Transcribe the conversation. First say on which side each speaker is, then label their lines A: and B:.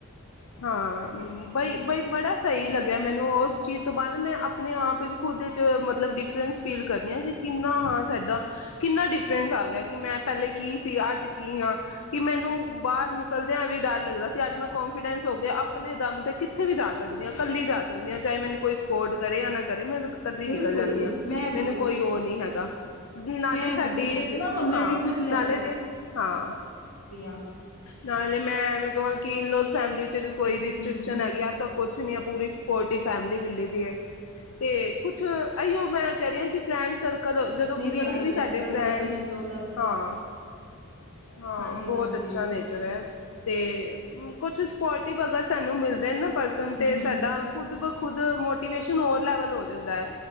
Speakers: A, on the left (about 70°); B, on the left (about 80°).
A: ਹਾਂ ਬਈ-ਬਈ ਬੜਾ ਸਹੀ ਲੱਗਿਆ ਮੈਨੂੰ ਉਸ ਚੀਜ਼ ਤੋਂ ਬਾਅਦ ਮੈਂ ਆਪਣੇ ਆਪ 'ਚ ਖੁਦ 'ਚ ਮਤਲਬ ਡਿਫਰੈਂਸ ਫੀਲ ਕਰਦੀ ਹਾਂ ਕਿ ਕਿੰਨਾ ਹਾਂ ਸਾਡਾ ਕਿੰਨਾ ਡਿਫਰੈਂਸ ਆ ਗਿਆ ਕਿ ਮੈਂ ਪਹਿਲੇ ਕੀ ਸੀ ਅੱਜ ਕੀ ਹਾਂ ਕਿ ਮੈਨੂੰ ਬਾਹਰ ਨਿਕਲਦਿਆਂ ਵੀ ਡਰ ਲੱਗਦਾ ਅਤੇ ਅੱਜ ਮੈਂ ਕੋਂਨਫੀਡੈਂਸ ਹੋ ਗਿਆ ਆਪਣੇ ਦਮ 'ਤੇ ਕਿੱਥੇ ਵੀ ਜਾ ਸਕਦੀ ਹਾਂ ਇਕੱਲੀ ਜਾ ਸਕਦੀ ਹਾਂ ਚਾਹੇ ਮੈਨੂੰ ਕੋਈ ਸਪੋਰਟ ਕਰੇ ਜਾਂ ਨਾ ਕਰੇ ਮੈਂ ਇਕੱਲੀ
B: ਬਿਲਕੁਲ
A: ਨਿਕਲ ਜਾਂਦੀ ਹਾਂ
B: ਮੈਂ
A: ਮੈਨੂੰ
B: ਵੀ
A: ਕੋਈ ਉਹ ਨਹੀਂ ਹੈਗਾ। ਨਾਲੇ
B: ਮੈਂ
A: ਸਾਡੀ
B: ਵੀ ਪੇਸ਼ੈਂਸ ਨਾ ਹੁਣ ਮੈਂ
A: ਹਾਂ
B: ਵੀ ਖੁਦ ਲੈ
A: ਨਾਲੇ ਜੇ ਹਾਂ
B: ਸਕਦੀ ਹਾਂ
A: ਨਾਲੇ ਮੈਂ ਐਵੇਂ ਕਵਾਂ ਕੀ ਇਨਲੋਜ਼ ਫੈਮਿਲੀ ਚ ਕੋਈ ਰਿਸਟ੍ਰਿਕਸ਼ਨ
B: ਹਮ
A: ਹੈਗੀ ਐਸਾ ਕੁਛ ਨਹੀਂ ਅਪ ਪੂਰੀ ਸਪੋਰਟਿਵ ਫੈਮਿਲੀ ਮਿਲੀ ਦੀ ਹੈ ਤੇ ਕੁਛ ਇਹੀਓ ਮੈਂ ਕਹਿ ਰਹੀ ਹਾਂ ਕਿ ਫਰੈਂਡ ਸਰ ਕਦੋਂ ਜਦੋਂ
B: ਨਹੀਂ
A: ਕਲਿੰਗ
B: ਤਾਂ ਨਾਈਸ
A: ਵੀ ਸਾਡੇ
B: ਹੈ ਤੁਹਾਡੀ
A: ਫਰੈਂਡ
B: ਮਦਰ ਇਨ ਲੋ ਦਾ ਵੀ
A: ਹਾਂ ਹਾਂ
B: ਹਾਂਜੀ
A: ਬਹੁਤ
B: ਹਾਂਜੀ
A: ਅੱਛਾ ਨੇਚਰ ਹੈ ਤੇ ਕੁਛ ਸਪੋਟਿ ਅਗਰ ਸਾਨੂੰ ਮਿਲਦੇ ਹੇਨਾ ਪਰਸਨ
B: ਹਮ
A: ਤੇ ਸਾਡਾ ਖੁਦ ਬ ਖੁਦ ਮੋਟੀਵੇਸ਼ਨ ਹੋਰ ਲੈਵਲ ਹੋ ਜਾਂਦਾ